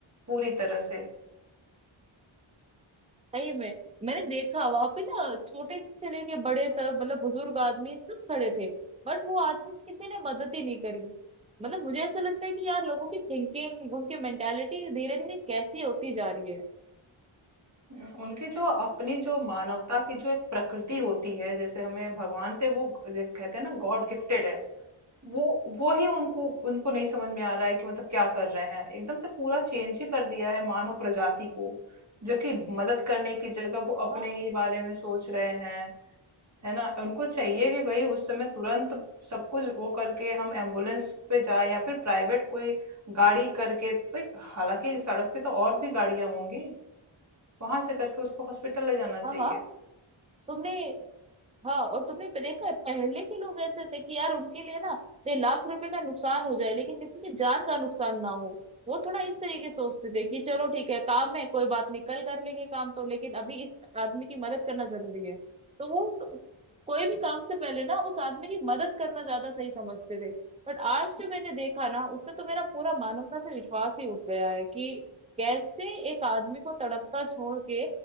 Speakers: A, on the right; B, on the right.
A: पूरी तरह से
B: सही में मैंने देखा वहां पे ना छोटे से लेके बड़े तक मतलब बुजुर्ग आदमी सब खड़े थे बट वो आदमी किसी ने मदद ही नहीं करी मतलब मुझे ऐसा लगता है कि यार लोगों की थिंकिंग उनकी मेंटेलिटी धीरे धीरे कैसी होती जा रही है
A: हम्म, उनकी जो अपनी जो मानवता की जो एक प्रकृति होती है जैसे हमें भगवान से वो ग- कहते हैं ना गॉड गिफ्टेड है वो वो ही उनको उनको नहीं समझ में आ रहा है कि मतलब क्या कर रहे हैं एकदम से पूरा चेंज ही कर दिया है मानव प्रजाति को जो कि मदद करने की जगह वो अपने
B: हाँ
A: ही बारे में सोच रहे हैं है ना उनको चाहिए कि भाई उस समय तुरंत सब कुछ वो करके हम एम्बुलेंस पे जाए या फिर प्राइवेट कोई गाड़ी करके भाई हालांकि सड़क पे तो और भी गाड़ियां होंगी वहां से करके उसको हॉस्पिटल ले जाना
B: हाँ
A: चाहिए
B: हाँ तुमने हाँ और तुमने पे- देखा है पहले के लोग ऐसे थे कि यार उनके लिए ना चाहे लाख रुपए का नुकसान हो जाए लेकिन किसी की जान का नुकसान ना हो वो थोड़ा इस तरीके से सोचते थे कि चलो ठीक है काम है कोई बात नहीं कल कर लेंगे काम तो लेकिन अभी इस आदमी की मदद करना जरूरी है तो वो उस, उस- कोई भी काम से पहले ना उस आदमी की मदद करना ज्यादा सही समझते थे बट आज जो मैंने देखा ना उससे तो मेरा पूरा मानवता से विश्वास ही उठ गया है कि कैसे एक आदमी को तड़पता छोड़ के